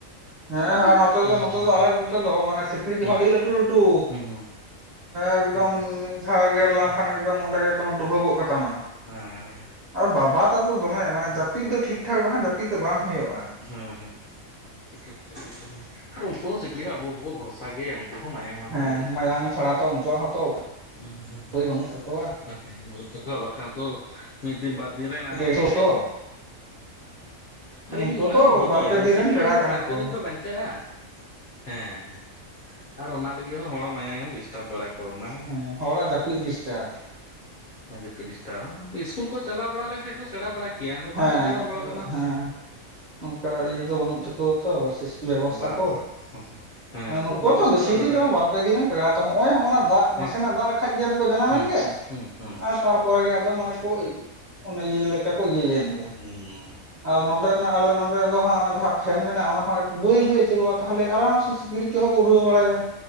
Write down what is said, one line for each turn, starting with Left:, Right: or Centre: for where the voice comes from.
Right: ᱦᱮᱸ
Left: ᱟᱫᱚ
Right: ᱱᱚᱛᱮ
Left: ᱦᱮᱸ
Right: ᱫᱚ ᱱᱚᱛᱮ ᱫᱚ ᱟᱞᱮ ᱱᱚᱛᱮ ᱫᱚ ᱢᱟᱱᱮ ᱥᱤᱠᱲᱤᱡ ᱫᱚ
Left: ᱦᱮᱸ
Right: ᱦᱚᱸ ᱟᱹᱰᱤ ᱞᱟᱴᱩ ᱞᱟᱴᱩ,
Left: ᱦᱮᱸ ᱦᱮᱸ
Right: ᱮᱠᱫᱚᱢ
Left: ᱦᱮᱸ ᱦᱮᱸ
Right: ᱢᱤᱫ ᱫᱷᱟᱣ ᱜᱮᱨ ᱞᱮᱢ
Left: ᱦᱮᱸ
Right: ᱠᱷᱟᱱ ᱚᱸᱰᱮ ᱜᱮ ᱮᱠ ᱫᱚᱢ ᱰᱩᱦᱟᱹᱜᱚᱜ ᱠᱟᱛᱟᱢᱟ,
Left: ᱦᱮᱸ
Right: ᱟᱨ ᱵᱟᱵᱟ ᱟᱛᱚ ᱫᱚᱢᱮ ᱢᱟᱱᱮ ᱡᱟᱹᱯᱤᱫ
Left: ᱦᱮᱸ
Right: ᱫᱚ ᱴᱷᱤᱠ ᱴᱷᱟᱠ ᱫᱚ ᱦᱟᱸᱜ ᱡᱟᱹᱯᱤᱫ ᱫᱚ ᱵᱟᱝ ᱦᱩᱭᱩᱜᱼᱟ᱾
Left: ᱦᱮᱸ ᱦᱮᱸ <unintelligible> ᱟᱨ ᱩᱱᱠᱩ ᱦᱚᱸ ᱥᱤᱠᱲᱤᱡ ᱦᱚᱸ ᱟᱵᱚ ᱠᱚᱦᱚᱸᱵᱷᱚᱨᱥᱟ ᱜᱮ, ᱢᱟᱭᱟᱝ ᱵᱟᱠᱚ
Right: ᱦᱮᱸ
Left: ᱧᱩ ᱞᱮᱠᱷᱟᱡ
Right: ᱢᱟᱭᱟᱝ ᱪᱷᱟᱲᱟ ᱛᱚ ᱩᱱᱠᱩᱣᱟᱜ ᱦᱚᱸᱛᱚ
Left: ᱦᱩᱸ ᱦᱩᱸ
Right: ᱩᱯᱟᱹᱭ ᱵᱟᱹᱱᱩᱜ ᱛᱟᱠᱚᱣᱟ
Left: ᱵᱟᱠᱷᱟᱱ ᱵᱟᱹᱱᱩᱜ ᱛᱟᱠᱚᱣᱟ ᱵᱟᱠᱷᱟᱱ ᱠᱚ ᱢᱤᱫ ᱫᱤᱱ ᱵᱟᱨ ᱫᱤᱱ
Right: ᱜᱮᱥᱚ
Left: ᱪᱮᱫ,
Right: ᱛᱚ
Left: ᱥᱟᱨᱤᱧ
Right: ᱩᱱᱠᱩ
Left: ᱚᱱᱟᱜᱤᱧ
Right: ᱛᱚ
Left: ᱵᱷᱟᱹᱵᱤᱭᱟ
Right: ᱵᱟᱨᱯᱮ ᱫᱤᱱ
Left: ᱥᱤᱠᱲᱤᱡ
Right: ᱨᱮᱱ ᱯᱮᱲᱟ
Left: ᱟᱫᱚ
Right: ᱠᱟᱱᱟ
Left: ᱵᱟᱨᱯᱮ
Right: ᱠᱚ
Left: ᱫᱤᱱ ᱯᱮ ᱵᱟᱧᱪᱟᱜᱼᱟ᱾ ᱦᱮᱸ ᱟᱨ ᱚᱱᱟ ᱞᱟᱹᱜᱤᱫ ᱦᱚᱸ ᱦᱚᱲ ᱢᱟᱭᱟ ᱢᱮᱢ ᱰᱤᱥᱴᱟᱵᱽ ᱵᱟᱲᱟ ᱠᱚ᱾ ᱚᱱᱟ
Right: ᱦᱮᱸ ᱦᱚᱲᱟᱜ ᱡᱟᱹᱯᱤᱫ ᱰᱤᱥᱴᱟᱵᱽ
Left: ᱦᱮᱸᱡᱟᱯᱤᱫ ᱰᱤᱥᱴᱟᱵ ᱤᱥᱠᱩᱞ ᱠᱚ ᱪᱟᱞᱟᱣ ᱵᱟᱲᱟ ᱞᱮᱱᱠᱷᱟᱱ ᱠᱚ ᱥᱮᱲᱟ ᱵᱟᱲᱟ, ᱠᱮᱭᱟ ᱟᱫᱚ ᱵᱟᱝᱠᱚ
Right: ᱦᱮᱸ
Left: ᱪᱟᱞᱟᱣ ᱵᱟᱲᱟ
Right: ᱟᱫᱚ
Left: ᱞᱮᱱᱟ
Right: ᱦᱮᱸ ᱚᱱᱠᱟ ᱤᱭᱟᱹ ᱫᱚ ᱵᱟᱹᱱᱩᱜ ᱛᱟᱠᱚᱣᱟ ᱛᱚ ᱤᱥᱠᱩᱞ ᱵᱮᱵᱚᱥᱛᱷᱟ
Left: ᱵᱟᱝ
Right: ᱠᱚ᱾
Left: ᱵᱟᱝ ᱦᱮᱸ ᱚᱠᱚᱭ
Right: ᱱᱩᱠᱩ
Left: ᱵᱮᱵᱚᱥᱛᱷᱟ
Right: ᱛᱚ ᱵᱮᱥᱤ
Left: ᱞᱟᱜᱟᱜᱼᱟ
Right: ᱫᱤᱱ ᱫᱚ ᱵᱟᱨᱯᱮ ᱫᱤᱱ ᱨᱮᱱ ᱯᱮᱲᱟ ᱛᱚ ᱦᱚᱸᱜᱼᱚᱭ ᱦᱚᱸᱜᱼ ᱚᱱᱟ ᱫᱟᱜ,
Left: ᱦᱮᱸ
Right: ᱱᱟᱥᱮᱱᱟᱜ ᱫᱟᱜ ᱞᱮᱠᱷᱟᱡ ᱜᱮ ᱚᱱᱮ ᱠᱚ ᱡᱟᱱᱟᱢ
Left: ᱦᱩᱸ
Right: ᱮᱱ ᱜᱮ,
Left: ᱦᱩᱸ ᱦᱩᱸ
Right: ᱟᱨ ᱛᱟᱨᱯᱚᱨᱮ ᱟᱫᱚ ᱢᱟᱱᱮ ᱠᱚ ᱚᱱᱮ ᱤᱭᱟᱹ ᱞᱮᱠᱟ ᱠᱚ ᱤᱭᱟᱹᱭᱮᱱ, ᱜᱮ
Left: ᱦᱩᱸ
Right: ᱟᱨ ᱱᱚᱸᱰᱮᱱᱟᱜ ᱟᱞᱮ ᱱᱚᱼᱼ ᱫᱚ ᱦᱟᱸᱜ ᱚᱱᱟ ᱡᱟᱦᱟᱸ ᱯᱷᱮᱱ ᱢᱮᱱᱟᱜᱼᱟ ᱚᱱᱟ ᱦᱚᱸ ᱵᱟᱹᱭ ᱵᱟᱹᱭ ᱟᱹᱪᱩᱨᱚᱜᱼᱟ ᱛᱟᱦᱚᱞᱮ ᱟᱨᱟᱢ ᱥᱮ ᱥᱤᱠᱲᱤᱡ ᱠᱚ ᱦᱚᱸ ᱠᱚ ᱩᱰᱷᱟᱹᱣ ᱵᱟᱲᱟᱭᱟ᱾